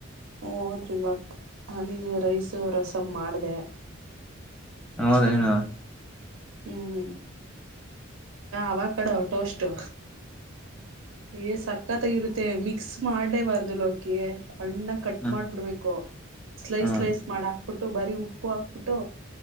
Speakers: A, on the right (about 80°); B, in the centre.
A: ಹೋದ್ರು ಇವಾಗ ರೈಸು ರಸಂ ಮಾಡಿದೆ
B: ಹೌದೇನೋ
A: ಹ್ಮ್ ಹ್ಮ್ ಅವಕಾಡೊ ಟೋಸ್ಟು ಏ ಸಕ್ಕತ್ತಾಗಿರುತ್ತೆ ಮಿಕ್ ಮಿಕ್ಸ್ ಮಾಡೇ ಬಾರ್ದು ಲೋಕಿ ಅಣ್ಣ ಕಟ್
B: ಹ
A: ಮಾಡ್ಬಿಡ್ಬೇಕು ಸ್ಲೈಸ್
B: ಹ್ಮ್
A: ಸ್ಲೈಸ್ ಮಾಡ ಹಾಕ್ಬಿಟ್ಟು ಬರಿ ಉಪ್ಪು ಹಾಕ್ಬಿಟ್ಟು